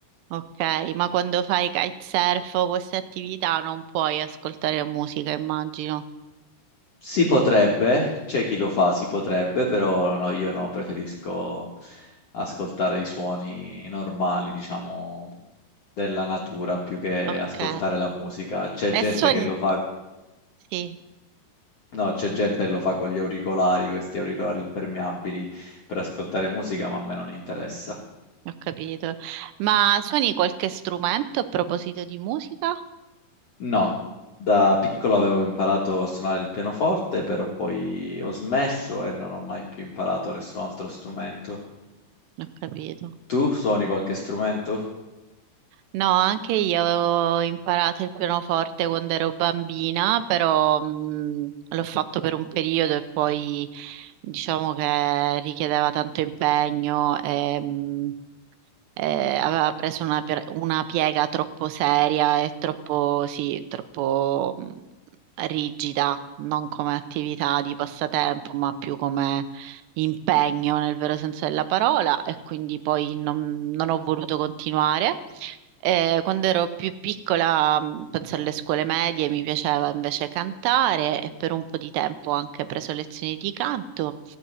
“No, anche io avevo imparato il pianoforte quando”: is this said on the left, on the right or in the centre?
Right